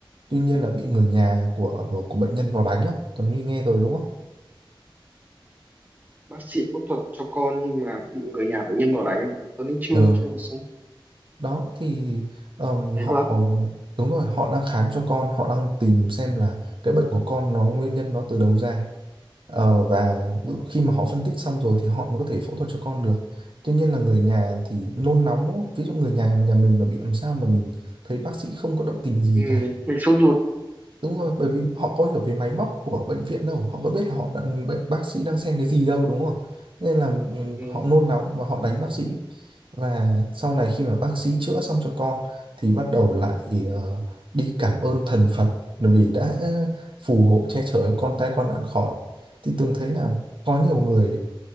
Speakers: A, on the right (about 70°); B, on the right (about 20°).
A: tuy nhiên là bị người nhà của ờ, của bệnh nhân vào đánh á, Tuấn Huy nghe rồi đúng không?
B: bác sĩ phẫu thuật cho con nhưng mà bị người nhà bệnh nhân bỏ đánh không Tuấn nghĩ chưa
A: Ừ,
B: chưa mà xong
A: đó thì ờm,
B: thế
A: họ
B: quá
A: đúng rồi, họ đang khám cho con, họ đang tìm xem là cái bệnh của con nó nguyên nhân nó từ đâu ra. Ờ, và khi mà họ phân tích xong rồi thì họ mới có thể phẫu thuật cho con được. Tuy nhiên là người nhà thì nôn nóng đúng không? Ví dụ người nhà nhà mình mà bị làm sao mà mình thấy bác sĩ không có động tình gì
B: ừ.
A: cả
B: mình sốt ruột
A: Đúng rồi,
B: ừ.
A: bởi vì họ có hiểu về máy móc của bệnh viện đâu, họ có biết là họ đang bệnh bác sĩ đang xem cái gì đâu đúng không? Nên là ừ,
B: Ừ.
A: họ nôn nóng và họ đánh bác sĩ. Và sau này khi mà bác sĩ chữa xong cho con thì bắt đầu lại ờ, đi cảm ơn thần Phật bởi vì đã phù hộ che chở cho con tai qua nạn khỏi. Thì Tường thấy là có nhiều người